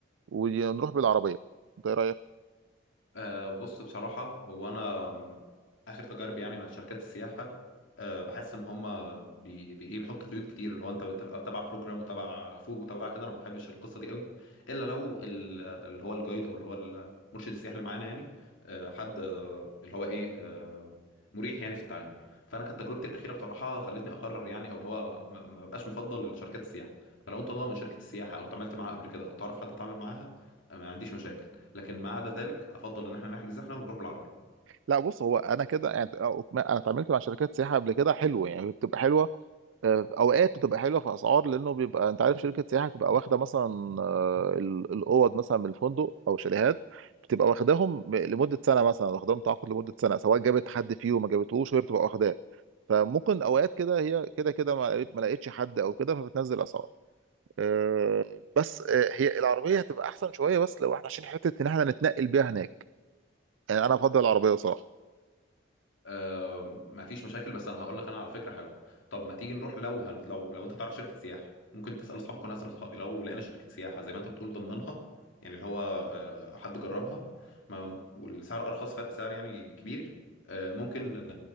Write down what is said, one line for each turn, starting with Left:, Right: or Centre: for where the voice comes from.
Right: ونروح بالعربيه انت ايه رايك
Left: أه بص بصراحة هو أنا م، آخر تجاربي يعني مع شركات السياحة أه بحس إن هما بي بي إيه بيحطوا قيود كتير اللي هو أنت بتبقى تبع بروجرام وتبع فوج وتبع كده أنا ما بحبش القصة دي قوي إلا لو ال- اللي هو الجايد أو اللي هو المرشد السياحي اللي معانا يعني أه حد أه اللي هو إيه أه مريح يعني في التعامل فأنا كانت تجربتي الأخيرة بصراحة خلتني أقرر يعني أو اللي هو ما ما بقاش مفضل لشركات السياحة فلو أنت ضامن شركة السياحة أو اتعاملت معاها قبل كده أو تعرف حد اتعامل معاها أه، ما عنديش مشاكل لكن ما عدا ذلك افضل ان احنا نحجز احنا ونروح بالعربيه
Right: لا بص هو انا كده يعني انا اتعاملت مع شركات سياحه قبل كده حلوه يعني بتبقى حلوه آه، اوقات بتبقى حلوه في اسعار لانه بيبقى انت عارف شركه سياحه بتبقى واخده مثلا آه، ال- الاوض مثلا من الفندق او شاليهات بتبقى واخداهم ب- لمده سنه مثلا واخداهم تعاقد لمده سنه سواء جابت حد فيهم ما جابتهوش وهي بتبقى واخداه فممكن اوقات كده هي كده كده ما لقيت- ما لقيتش حد او كده فبتنزل اسعار آه، بس آه، هي العربيه هتبقى احسن شويه بس لو احنا عشان حته ان احنا نتنقل بيها هناك يعني انا افضل العربيه بصراحه
Left: أه ما فيش مشاكل بس انا هقول لك انا على فكره حلوه طب ما تيجي نروح لو هن... لو لو انت تعرف شركه سياحه ممكن تسال اصحابك وانا هسال اصحابي لو لقينا شركه سياحه زي ما انت بتقول ضمنها يعني اللي هو أه حد جربها ما... والسعر ارخص فرق سعر يعني كبير أه ممكن ن...